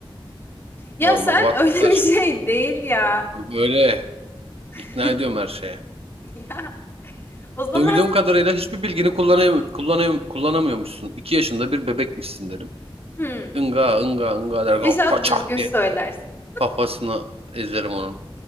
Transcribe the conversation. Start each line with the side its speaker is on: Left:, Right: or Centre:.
Left: Ya
Right: Normal
Left: sen
Right: vatandaş
Left: <laughs> öyle bir şey
Right: gibi.
Left: değil ya.
Right: Böyle
Left: <laughs>
Right: ikna ediyorum her şeye.
Left: Ya o zaman
Right: Duyduğum kadarıyla hiçbir bilgini kullanayım, kullanayım, kullanamıyormuşsun. İki yaşında bir bebekmişsin derim.
Left: hmm.
Right: Inga ınga ınga der.
Left: İnşallah
Right: Façah
Left: düzgün
Right: diye
Left: söylersin.
Right: kafasını ezerim onun.